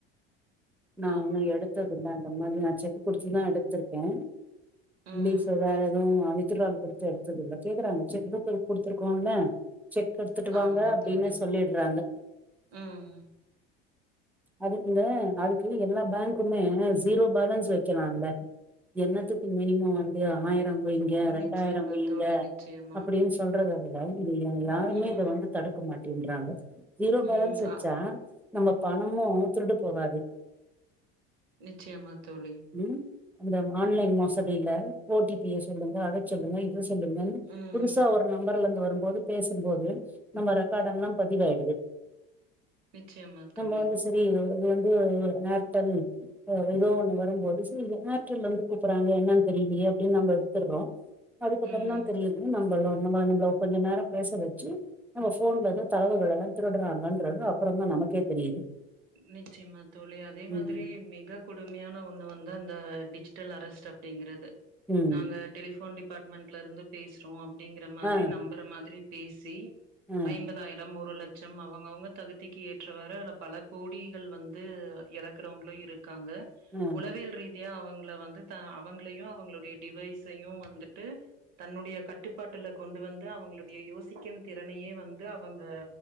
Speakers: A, in the centre; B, on the right.
A: நா
B: ஆ.
A: இன்னு எடுத்ததில்ல அந்த மாரி நா செக் குடுத்துதா எடுத்திருக்கே
B: ம்.
A: லீஃபு வேற எதுவு வித்துடிராவல் கொடுத்து எடுத்ததில்ல கேக்குறாங்க செக்புக் கொடுத் கொடுத்துருக்கோல்ல செக்கெடுத்துட்டு வாங்க
B: ஆமா
A: அப்டின்னெ
B: தோழி.
A: சொல்லிட்றாங்க
B: ம்.
A: அது அதுக்கு எல்லா பேங்க்குமே ஜீரோ பேலன்ஸ் வக்கலால்ல என்னத்துக்கு மினிமம் வந்து ஆயிரம் வைங்க ரெண்டாயிரம்
B: நிச்சயமா
A: வைங்க
B: தோழி, நிச்சயமா.
A: அப்டின்னு சொல்ல சொல்றத விட இங் யாருமே
B: ம்.
A: இத வந்து தடுக்க மாட்டேன்றாங்க ஜீரோ பேலன்ஸ்
B: ம்.
A: வச்சா
B: அ
A: நம்ம பணமு திருடு போவாது
B: நிச்சயமா தோழி
A: ம் அந்த ஆன்லைன் மோசடியில ஓ டி பிய சொல்லுங்க அத சொல்லுங்க இதசொல்லுங்க
B: ம்.
A: புதுசா ஒரு நம்பர் கலந்து வரும் போது பேசும்போது நம்ம ரெக்கார்டெல்லா பதிவாயிடுது
B: நிச்சயமா
A: நம்ம
B: தோழி.
A: வந்து சரி இது வந்து ஏர்டெல் அ ஏதோ ஒண்ணு வரும்போது சரி ஏர்டெல் ல ருந்து கூப்புறாங்க என்னன் தெரியலயே அப்டின் நம்ம எடுத்துற்றோ அதுக்கப்பரந்தா
B: ம்.
A: தெரியுது நம்மள நம்ம நம்மள கொஞ்ச நேரோ பேச வச்சு நம்ம போன்ல தா தலைவுகள் எல்லா திருடுறாங்கன்றது அப்புறம நமக்கே தெரியுது
B: நிச்சயமா தோழி அதே மாதிரி
A: ம்
B: மிக கொடுமையான ஒண்ணு வந்து அந்த டிஜிட்டல் அரசஸ்ட் அப்டிங்கிறது
A: ம்
B: நாங்க டெலிபோன் டிப் டிபார்ட்மெண்ட்ல இருந்து பேசுறோ அப்டிங்கிற மாதிரி
A: ஆ
B: நம்பற மாதிரி பேசி
A: ஆ
B: ஐம்பதாயிரம் ஒரு லட்சம் அவங்கவுங்க தகுதிக்கு ஏற்றவாறு அதுல பல கோடிகள் வந்து எழக்குறவங்களு இருக்காங்க
A: ஆ
B: உளவியல் ரீ தியா அவங்கள வந்து த அவங்களையு அவங்களுடைய டிவைஸையு வந்துட்டு தன்னுடைய கட்டுப்பாட்டுல கொண்டு வந்து அவுங்களுடைய யோசிக்கு திறனயே வந்து அவுங்க